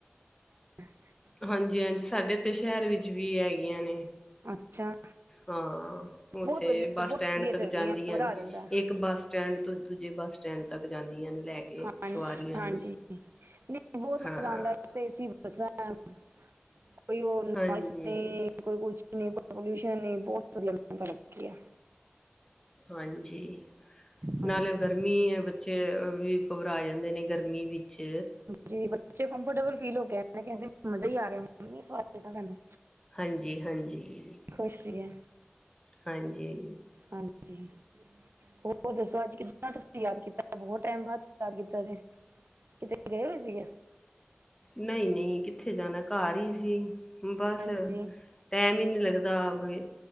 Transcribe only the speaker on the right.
<unintelligible>
ਅੱਛਾ
ਬਹੁਤ ਵਧੀਆ
ਬਹੁਤ
ਵਧੀਆ
ਚੱਲਦੀਆਂ
ਮਜ਼ਾ
ਆ ਜਾਂਦਾ ਹੈ।
ਹਾਂ
ਹਾਂਜੀ
ਨਹੀਂ ਬਹੁਤ ਮਜਾ਼
ਆਂਦਾ। ਏਸੀ ਬੱਸ ਐ ਕੋਈ ਉਹ ਨਾਈਸ
ਨੇ। ਕੋਈ ਕੁਛ ਨੀ, ਕੋਈ ਪੋਲਿਊਸ਼ਨ ਨੀ ਬਹੁਤ ਵਧੀਆ ਮ ਲੱਗੀ ਆ।
ਹਾਂਜੀ
ਜੀ ਬੱਚੇ ਕੰਫਰਟੇਬਲ ਫੀਲ ਹੋ ਕੇ ਕਹਿੰਦੇ ਮਜ਼ਾ ਹੀ ਆ ਗਿਆ ਮੰ ਸਵਾਦਤਾ ਸਾਨੂੰ।
ਉਸ ਗਿਆ।
ਹਾਂਜੀ, ਹੋਰ ਦੱਸੋ ਅੱਜ ਕਿੱਦਾਂ ਤੁਸੀਂ ਯਾਦ ਕੀਤਾ ਬਹੁਤ ਟਾਈਮ ਬਾਅਦ ਯਾਦ ਕੀਤਾ ਦੇ, ਕਿਤੇ ਗਏ ਹੋਏ ਸੀਗੇ
ਹਾਂਜੀ